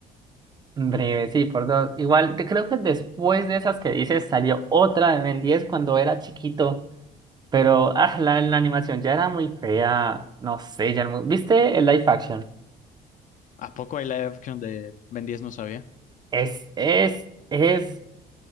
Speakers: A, on the right; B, on the left.
A: Breve, sí, por dos. Igual, te creo que después de esas que dices salió otra de Ben 10 cuando era chiquito. Pero ah, la, la animación ya era muy fea. No sé, ya no- ¿Viste el live action?
B: ¿A poco hay live action de Ben 10? No sabía.
A: Es, es, es,